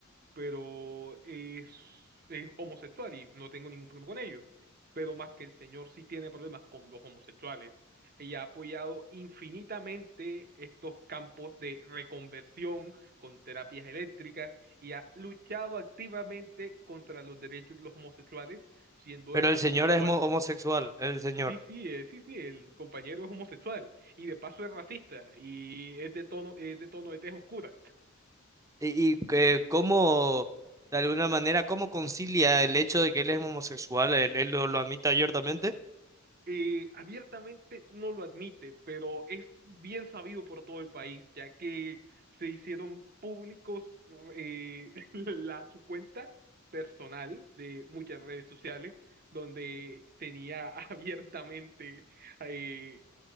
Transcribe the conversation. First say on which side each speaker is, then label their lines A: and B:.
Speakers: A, on the right (about 45°); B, on the right (about 15°).
A: pero es, es homosexual y no tengo ningún problema con ello. Pero más que el señor sí tiene problemas con los homosexuales y ha apoyado infinitamente estos campos de reconversión con terapias eléctricas y ha luchado activamente contra los derechos de los homosexuales, siendo
B: Pero
A: él
B: el
A: homosexual.
B: señor es mo- homosexual, el señor.
A: Sí, sí, eh, sí, sí, el compañero es homosexual y de paso es racista y es de tono, es de tono de tez oscura.
B: Y, y, eh, cómo, de alguna manera, cómo concilia el hecho de que él es homosexual, él, él lo, lo admite abiertamente.
A: Eh, abiertamente no lo admite, pero es bien sabido por todo el país, ya que se hicieron públicos eh, <laughs> la, su cuenta personal de muchas redes sociales, donde tenía <laughs> abiertamente eh,